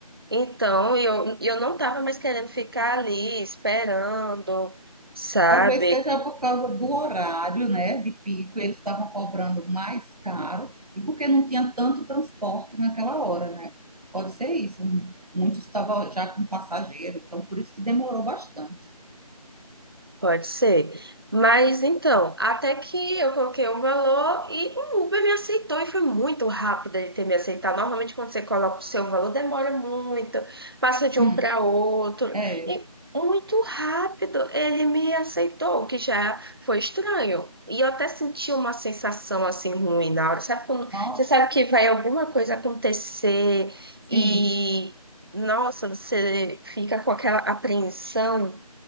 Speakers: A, on the right; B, on the right.
A: Então eu, eu não tava mais querendo ficar ali esperando, sabe?
B: Talvez seja por causa do horário, né, de pico, eles estavam cobrando mais caro e porque não tinha tanto transporte naquela hora, né? Pode ser isso. Muitos estavam já com passageiro, então por isso que demorou bastante.
A: Pode ser. Mas então, até que eu coloquei o valor e o Uber me aceitou e foi muito rápido ele ter me aceitado. Normalmente, quando você coloca o seu valor, demora muito, passa de
B: Hum,
A: um para outro.
B: é,
A: E muito rápido ele me aceitou, o que já foi estranho. E eu até senti uma sensação assim ruim na hora. Sabe quando
B: nossa,
A: você sabe que vai alguma coisa acontecer
B: sim,
A: e, nossa, você fica com aquela apreensão.